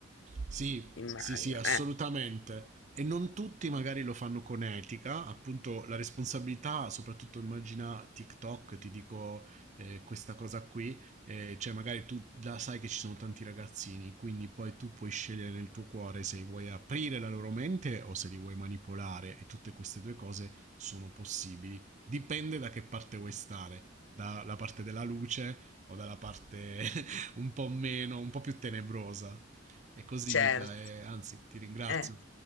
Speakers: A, on the right; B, on the left.
A: Sì,
B: immagino.
A: sì, sì, assolutamente.
B: Eh,
A: E non tutti magari lo fanno con etica, appunto la responsabilità, soprattutto immagina TikTok, ti dico eh, questa cosa qui, eh, cioè magari tu la sai che ci sono tanti ragazzini, quindi poi tu puoi scegliere nel tuo cuore se vuoi aprire la loro mente o se li vuoi manipolare e tutte queste due cose sono possibili. Dipende da che parte vuoi stare, dalla parte della luce o dalla parte <laughs> un po' meno, un po' più tenebrosa. È così,
B: certo,
A: Nicla, e anzi, ti ringrazio
B: eh,